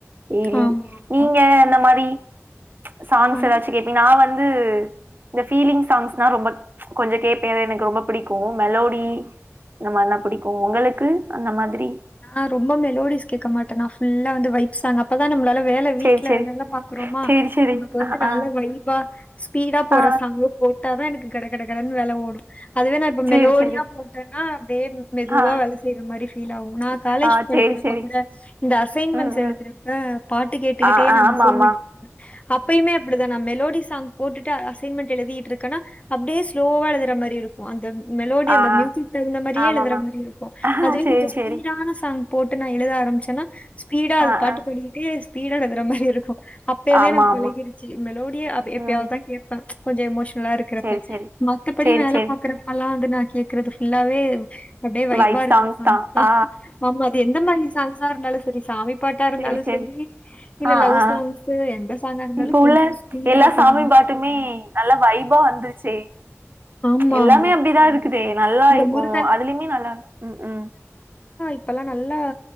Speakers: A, on the right; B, on the left.
A: டெய்லி
B: ஆமா ஆமா
A: நீங்க அந்த மாரி சாங்ஸ்
B: ஆ
A: எதாச்சு கேப்பீ நா வந் து இந்த ஃபீலிங் சாங்ஸ்னா ரொம்ப ச்ச கொஞ்ச கேப்பே ஏன்னா எனக்கு ரொம்ப பிடிக்கோ மெலோடி இந்த மாரிலா புடிக்கோ உங்களுக்கு அந்த மாதிரி
B: நா ரொம்ப மெலோடிஸ் கேட்க மாட்டே நா ஃபுல்லா வந்த வைப்ஸ் சாங் அப்பதா நம்ளால வேல வீட்ல
A: சேரி சேரி
B: வேல பாக்குறோமா
A: சேரி சேரி
B: நமக்கு வந்து
A: ஆ
B: நல்ல
A: ஆ
B: வைப்பா ஸ்பீடா போற
A: ஆ
B: சாங்கு போட்டாதா எனக்கு கட கட கடனு வேல ஓடோ அதுவே நா இப்ப
A: சேரி
B: மெலோடியா
A: சேரி
B: போட்டன்னா அப்டே மெதுவா
A: ஆ
B: வேல செய்ற மாரி ஃபீல் ஆவோ நா காலேஜ்
A: ஆ
B: படிக்கிறப்ப
A: சேரி சேரி
B: கூட இந்த அசைன்மெண்ட்ஸ்
A: ம்
B: எழுதறப்ப
A: ம்
B: பாட்டு கேட்டுக்கிட்டே
A: ஆ ஆ
B: நாங்க
A: ஆமாமா
B: அசைன்மெண்ட் அப்பயுமே அப்டிதா நா மெலோடி சாங் போட்டுட்டு அ அசைன்மெண்ட் எழுதீட்டிர்க்கனா அப்டே ஸ்லோவா எழுதற மாரி இருக்கோ அந்த மெலோடி
A: ஆ
B: அந்த மியூசிக் தகுந்த மாரியே
A: ஆமாமா
B: எழுதற மாரி இருக்கோ
A: ஆ
B: அதுவே
A: சேரி
B: கொஞ்ச ஸ்பீடான
A: சேரி
B: அ போட்டு நா எழுத ஆரம்பிச்சன்னா பீடா அதுபாட்டுக்கு
A: ஆ ஆ
B: ஓடிகிட்டே பீடா எழுதற மாரி இருக்கோ அப்ப இர்ந்தே
A: ஆமா
B: எனக்கு
A: ஆமா
B: பழகிருச்சு மெலோடியே அப் எப்யாவதுதா
A: ம்
B: கேப்பே ச்ச கொஞ்ச எமோஸ் ல்லா இருக்கறப்ப
A: சேரி சேரி
B: மத்தபடி
A: சேரி
B: வேல
A: சேரி
B: பாக்கறப்பெல்லா அந்த நா கேக்கறது ஃபுல்லாவேவ் அப்டே வைப்பா
A: வைப்
B: இருக்கற
A: சாங்ஸ்
B: சாங்க்கா
A: தான் ஆ
B: ஆமா அது எந்த மாரி சாங்ஸ்சா இருந்தாலு செ செரி சாமி பாட்டா இருந்தாலும்
A: செரிங்க செரிங்
B: சரி, இல்ல
A: ஆ
B: லவ்
A: ஆ ஆ
B: சாங்ஸு எந்த சாங்கா இருந்தாலும்
A: இப்ப
B: கொஞ்சம்
A: உள்ள
B: ஸ்பீடா
A: எல்லா
B: போடணும்.
A: சாமி பாட்டுமே நல்ல வைப்பா வந்துருச்சே ச்ச
B: ஆமா,
A: எல்லாமே
B: ஆமா.
A: அப்டிதா இருக்குதே நல்லா
B: இந்த
A: இப்போ
B: முருகன்
A: அதிலிமே நல்லா உம் உம்
B: இப்பல்லா நல்லா